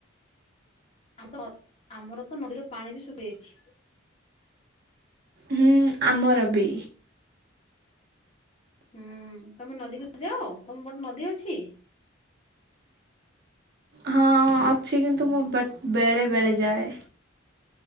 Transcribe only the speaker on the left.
ଆଉ ତ ଆମର ତ ନଦୀର ପାଣି ବି ଶୁଖି ଯାଇଛି।
ହୁଁ ତମେ ନଦୀକୁ ଯାଅ ତମ ପଟେ ନଦୀ ଅଛି।